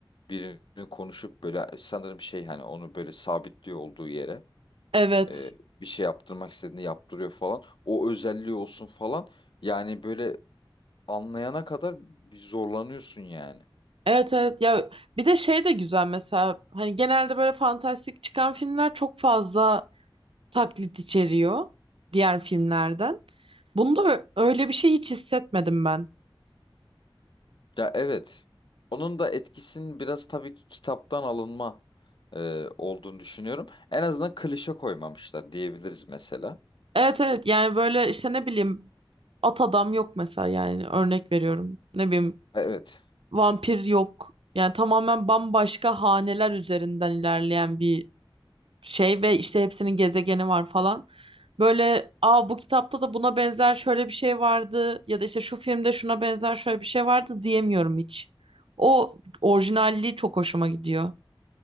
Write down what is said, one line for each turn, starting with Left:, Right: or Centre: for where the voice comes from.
Left: birini konuşup böyle sanırım şey hani onu böyle sabitliyor olduğu yere
Right: Evet.
Left: e, bir şey yaptırmak istediğini yaptırıyor falan. O özelliği olsun falan. Yani böyle anlayana kadar bir zorlanıyorsun yani.
Right: Evet evet ya bir de şey de güzel mesela hani genelde böyle fantastik çıkan filmler çok fazla taklit içeriyor diğer filmlerden. Bunda ö- öyle bir şey hiç hissetmedim ben.
Left: Ya evet. Onun da etkisinin biraz tabii ki kitaptan alınma e, olduğunu düşünüyorum. En azından klişe koymamışlar diyebiliriz mesela.
Right: Evet evet yani böyle işte ne bileyim at adam yok mesela yani örnek veriyorum. Ne bileyim
Left: Evet.
Right: vampir yok. Yani tamamen bambaşka haneler üzerinden ilerleyen bir şey ve işte hepsinin gezegeni var falan. Böyle aa bu kitapta da buna benzer şöyle bir şey vardı ya da işte şu filmde şuna benzer şöyle bir şey vardı diyemiyorum hiç. O orijinalliği çok hoşuma gidiyor.